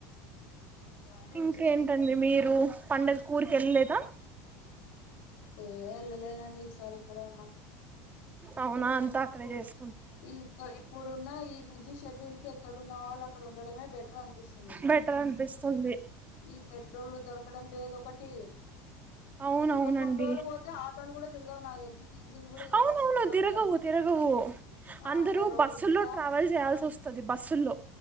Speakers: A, on the left; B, on the right.
A: అలా నడుస్తుంది
B: ఇంకేంటండి మీరు పండక్కి ఊరికి ఎళ్ళలేదా
A: ఏ ఎళ్ళలేదండి ఈసారి ఇక్కడే ఉన్నాం
B: అవునా అంతా అక్కడే చేస్
A: ఇ ఇంక ఇప్పుడున్న ఈ పోసిషన్ దీనికి ఎక్కడ ఉన్నవాళ్ళు అక్కడ ఉండడమే బెటర్ అనిపిస్తుంది.
B: బెటర్ అనిపిస్తుంది
A: ఈ పెట్రోల్ దొరకడం లేదు ఒకటి
B: అవునవునండి
A: ఇంక కొన్ని రోలు పోతే ఆటోలు కూడా తిరగవు నాకు తెలిసి డీజిల్ కూడా ఇదే
B: అవునవును
A: పరిస్థితికి వస్తది
B: తిరగవు తిరగవు
A: ఆ
B: అందరు
A: ఇంగ రోడ్డు
B: బస్సుల్లో
A: మీద
B: ట్రావెల్ చేయా వెళ్లాల్సి వస్తది బస్సుల్లో